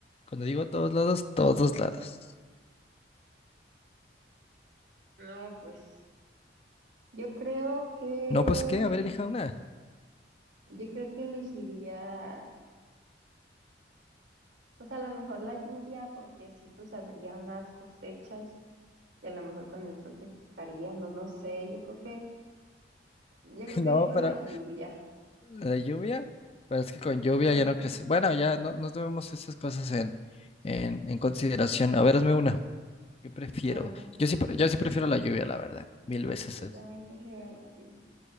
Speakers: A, on the left; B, on the right.
A: Cuando digo todos lados, todos lados.
B: no, pues, yo creo que,
A: No, pues qué,
B: eh,
A: a ver elija una.
B: yo creo que elegiría, pues a lo mejor la lluvia, porque así pues habría más cosechas y a lo mejor con el sol se secaría, no, no sé, yo creo que, yo
A: <laughs>
B: creo
A: No,
B: que elijo
A: pero
B: la lluvia.
A: la lluvia, pero es que con lluvia
B: Mm,
A: ya no crece. Bueno, ya no, no tomemos esas cosas en, en, en consideración. A ver, hazme una. ¿Qué prefiero?
B: a ver,
A: Yo sí, pre- yo sí prefiero la lluvia, la verdad. Mil veces
B: yo
A: el
B: también prefiero la lluvia.